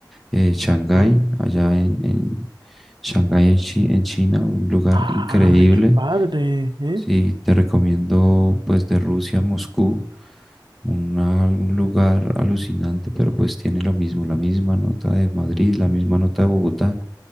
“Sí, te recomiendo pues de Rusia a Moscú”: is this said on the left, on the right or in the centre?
Centre